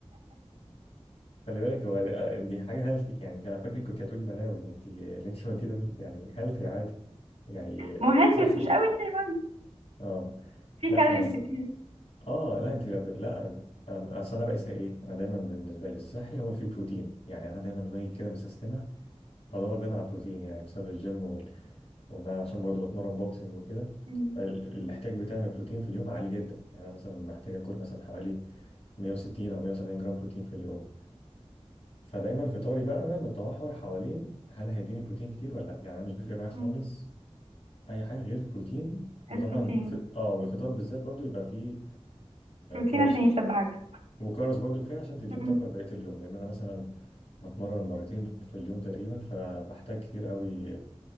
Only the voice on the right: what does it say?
ما هو هيلثي
بس مش قوي يعني برضه
في
كالوريز
كتير
مم.
مم.
البروتين
بروتين
عشان يشبعك
مم.